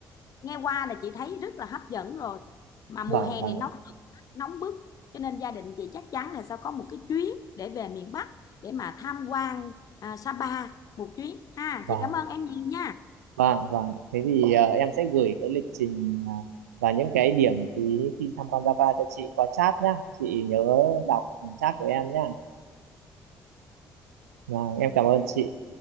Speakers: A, on the left; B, on the right.
A: nghe qua là chị thấy rất là hấp dẫn rồi mà mùa
B: vâng
A: hè
B: vâng
A: này nóng nóng bức cho nên gia đình chị chắc chắn là sẽ có một cái chuyến để về miền Bắc để mà tham quan à, Sapa một chuyến ha
B: vâng
A: chị cảm ơn em nhiều nha
B: vâng vâng thế thì ờ, em sẽ gửi cái lịch trình à, và những cái điểm chú ý khi tham quan Java cho chị qua chat nhá chị nhớ đọc chat của em nhá vâng em cảm ơn chị